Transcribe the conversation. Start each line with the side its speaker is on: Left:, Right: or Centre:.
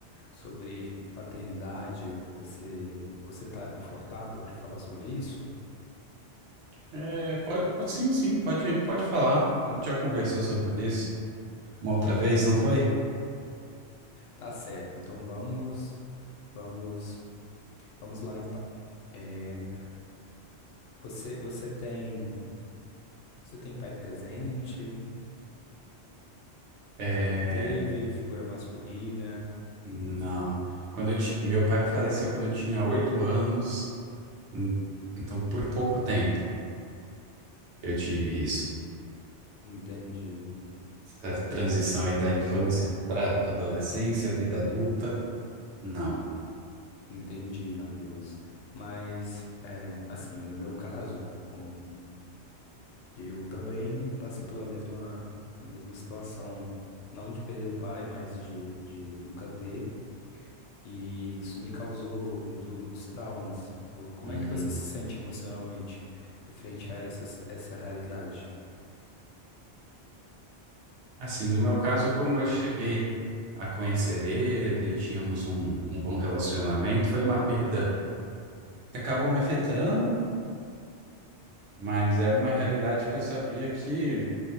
Left: sobre paternidade. Você, você tá confortável para falar sobre isso?
Right: É, pode, pode- sim, sim, pode, pode falar. A gente já conversou sobre isso uma outra vez, não foi?
Left: Tá certo. Então vamos, vamos, vamos lá então. É, você, você tem, você tem pai presente?
Right: É,
Left: Você teve figura masculina?
Right: não. Quando eu ti- meu pai faleceu quando eu tinha oito anos, hum, então por pouco tempo eu tive isso.
Left: Entende?
Right: Essa transição aí da infância para adolescência, vida adulta, não.
Left: Entendi, Matheus. Mas, é, assim, no meu caso, como eu também passei pela mesma, mesma situação, não de perder o pai, mas de, de nunca ter, e isso me causou muito, muitos traumas. Vo- Como
Right: Hum.
Left: é que você se sente emocionalmente frente a essas, essa realidade?
Right: Assim, no meu caso, como eu cheguei a conhecer ele, tínhamos um, um bom relacionamento, foi uma perda que acabou me afetando, mas era uma realidade que eu sabia que